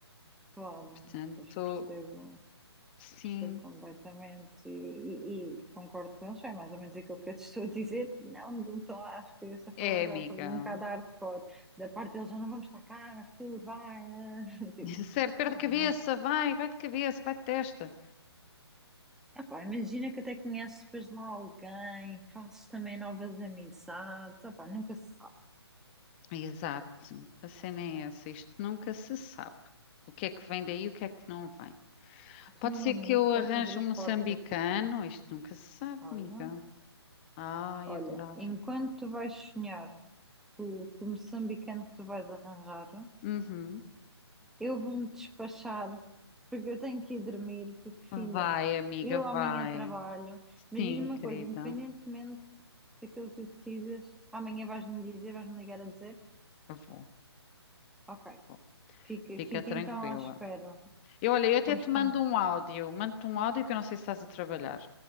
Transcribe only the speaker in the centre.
claro.
Pois percebo,
percebo completamente e, e- e concordo com eles. É mais ou menos aquilo que eu te estou a dizer. Não, não estou, acho que essa forma
já estou um bocado hardcore. Da parte deles, já não vamos estar cá no futuro, vai. eh. <laughs> Tipo,
ok,
não é?
Epá, imagina que até conheces depois lá alguém, fazes também novas amizades. Epá, nunca se sabe.
Continua
na
minha,
isto
vai-te abrir
portas.
Olha.
Olha,
enquanto tu vais sonhar com, com o moçambicano que tu vais arranjar,
eu vou-me despachar, porque eu tenho que ir dormir, porque, filha,
eu
amanhã trabalho, mas
diz-me uma
coisa, independentemente daquilo que tu decidas, amanhã vais-me dizer, vais-me ligar a dizer,
ok,
fica,
fica
então à espera,
vamos
comer.